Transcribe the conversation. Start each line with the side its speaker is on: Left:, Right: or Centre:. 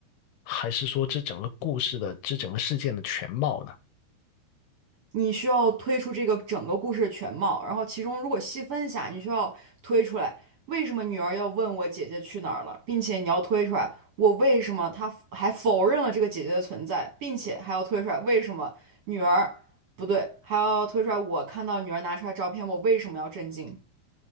Left: 还是说这整个故事的，这整个事件的全貌呢？
Right: 你需要推出这个整个故事的全貌，然后其中如果细分一下，你需要推出来为什么女儿要问我姐姐去哪儿了，并且你要推出来我为什么她还否认了这个姐姐的存在，并且还要推出来为什么女儿不对，还要推出来我看到女儿拿出来照片，我为什么要震惊？